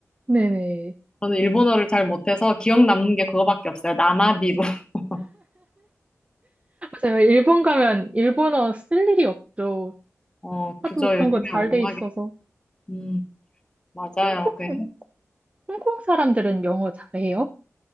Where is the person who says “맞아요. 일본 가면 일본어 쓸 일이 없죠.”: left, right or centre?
Right